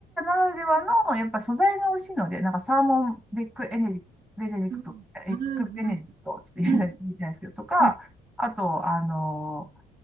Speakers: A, in the centre; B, on the right (about 60°).
A: らではの、やっぱ素材が美味しいので、なんかサーモンベックエネリ、ベネディクト、
B: うん。はいはい。
A: エッグベネディクト、ちょっと言えない、
B: うん。
A: 言えないですけど、とか、
B: うん。
A: あと、あのー